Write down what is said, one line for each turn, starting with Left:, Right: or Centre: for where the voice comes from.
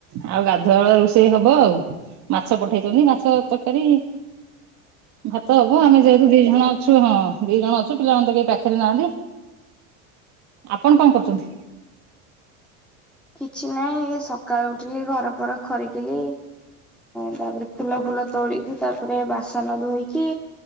Right: ଆଉ ଗାଧୁଆବେଳ ରୋଷେଇ ହବ ଆଉ। ମାଛ ପଠେଇଛନ୍ତି, ମାଛ ତରକାରୀ ଭାତ ହବ ଆମେ ଯେହେତୁ ଦିଜଣ ଅଛୁ ହଁ। ଦି ଜଣ ଅଛୁ ପିଲାମାନେ ତ କେହି ପାଖରେ ନାହାଁନ୍ତି ଆପଣ କଣ କରୁଚନ୍ତି?
Centre: କିଛି ନାହିଁ ଏଇ ସକାଳୁ ଉଠିଲି, ଘର ଫର ଖରକିଲି ତାପରେ ଫୁଲ ଫୁଲ ତୋଳିକି, ତାପରେ ବାସନ ଧୋଇକି